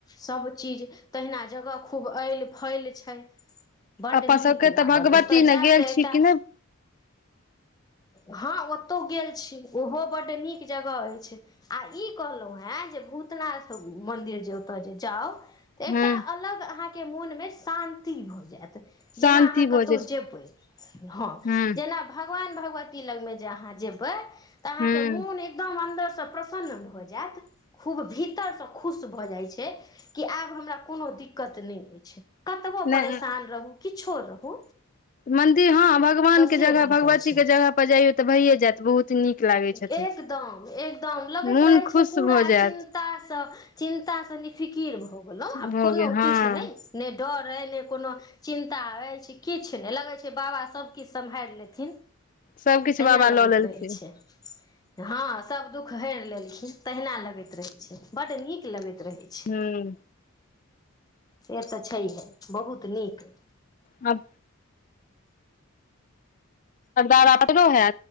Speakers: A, on the left; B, on the left.
A: सभचीज तहिना जगह खूब ऐल फैल छै बड्ड
B: अपन
A: नीक
B: सबके
A: लागल
B: तऽ भगवती
A: ओतय जायब
B: ने गेल
A: तऽ एकटा
B: छी कि नहि
A: हँ ओतोहु गेल छी ओहो बड्ड नीक जगह अछि आ ई कहलहुँ हेँ जे भूतनाथ मन्दिर जे ओतय जे जाउ एकटा
B: हूं
A: अलग अहाँके मोनमे शान्ति भऽ जायत जेना
B: शान्ति
A: अहाँ कतहु
B: भोजै छै
A: जेबै हँ
B: हूं
A: जेना भगवान भगवती लग मे जे अहाँ जेबे ते अहाँ
B: हूं
A: के मोन एकदम अंन्दर से प्रसन्न भए जात खूब भीतरसँ खुश भऽ जाइ छै कि आब हमरा कोनो दिक दिक्कत नहि रहै छै कतबो
B: नहि
A: परेशान रहू किछो रहू
B: मंन्दिर हँ भगवान
A: तऽ
B: के
A: से
B: जगह
A: भऽ
B: भगवतीक
A: जाइ छै
B: के जगह पर जइयौ तऽ भाइए जायत बहुत नीक लागै
A: एकदम
B: छथिन
A: एकदम लगैत
B: मोन
A: रहैत
B: खुश
A: छै पूरा
B: भऽ जायत
A: चिन चिन्तास निफिकिर भऽ गेलहुँ आब
B: भऽ
A: कोनो
B: गेल हँ
A: किछु नहि नहि डर अइ नहि कोनो चिन्- ता अछि किछु नहि लगै छै बाबा सब किछु सम्हार लेथिन
B: सबकिछु
A: तहिना
B: बाबा
A: लगैत
B: लऽ लेलखिन
A: रहै छै हँ सब दुख हेर लेलखिन तहिना लगैत रहे छै बड नीक लगैत रहै छै
B: हूं
A: से त छैहे बहुत निक
B: हँ सरदारा <unintelligible> पटलो होय